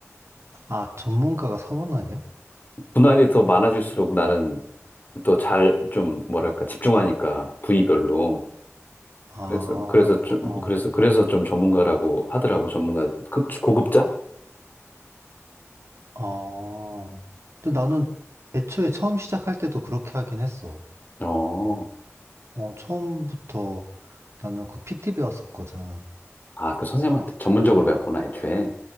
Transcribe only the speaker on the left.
분할이 더 많아질수록 나는 또 잘 좀 뭐랄까 집중하니까 부위별로.
그래서 그래서
좀
그래서 그래서 좀 전문가라고 하더라고 전문가 그, 고급자?
어.
아, 그 선생님한테 전문적으로 배웠구나 애초에.